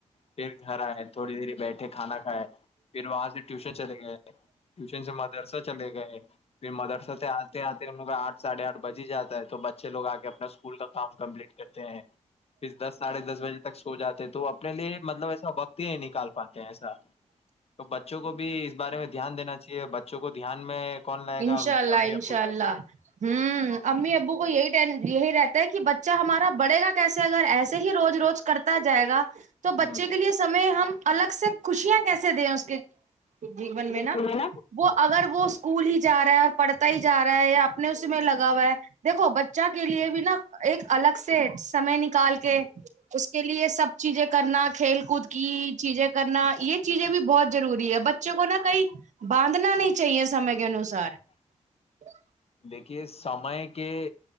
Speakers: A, on the left; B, on the right.
A: پھر گھر آئے تھوڑی دھیر بیٹھے کھانا کھائے پھر وہاں سے ٹیوشن چلے گئے ٹیوشن سے مدرسہ چلے گئے پھر مدرسہ سے آتے آتے ہم لوگ کا آھ ساڑھے آٹھ بج ہی جاتا ہے <unintelligible> تو بچ <inaudible> اچھے لوگ آ کے اپنا اسکول کا کام کمپلیٹ کرتے ہیں پھر دس ساڑھے دس بجے <unintelligible> جاتے تھے <unintelligible> تو اپنے لیے مطلب ایسا وکت ہی نکال پاتے ہیں ایسا تو <unintelligible> بچوں کو بھی <unintelligible> بارے میں دھیان دین چاہیے بچے بچوں کو دھیان میں <unintelligible>
B: انشاء
A: ان کے
B: اللہ
A: امی
B: انشاء
A: ابو لائیں
B: اللہ ہوں
A: گے
B: امی ابو کو یہی ٹین یہی رہتا ہے کہ بچہ ہمارا بڑھے گا کیسے اگر ایسے ہی روز روز کرتا جائے گا <unintelligible> تو بچے
A: ہ
B: کے لیے سمے ہم الگ سے خوشیاں کیسے دے ہیں اس کے جین
A: بالکل
B: میں نا وہ اگر وہ اسکول ہی پڑھتا ہی جا رہا ہے یا اپنے اس میں لگا ہوا ہے دیکھو بچہ کے لیے بھی نا ایک الگ سے سمے نکال کے اس کے لیے سب <unintelligible> چیزیں کرنا کھیل کود <unintelligible> کی چیزیں کرنا یہ چیزیں بھی بہت ضروری ہے بچوں کو نا کہیں باندنا نہیں چاہیے سمے کے انسار <unintelligible> چار <unintelligible>
A: دیکھیے سمے کے